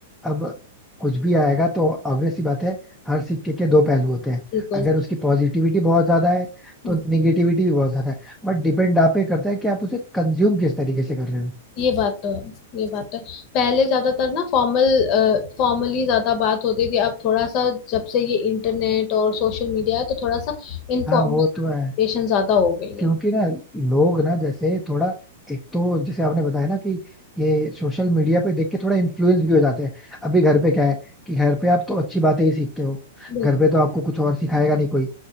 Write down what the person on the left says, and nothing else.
बिल्कुल
हम्म,
ये बात तो है ये बात तो है पहले ज्यादातर ना फॉर्मल फॉर्मली ज्यादा बात होती थी अब थोड़ा सा जब से ये इंटरनेट और सोशल मीडिया है तो थोड़ा सा इनफॉर्मल
कम्युनिकेशन
ज्यादा हो गई
है
बिल्कुल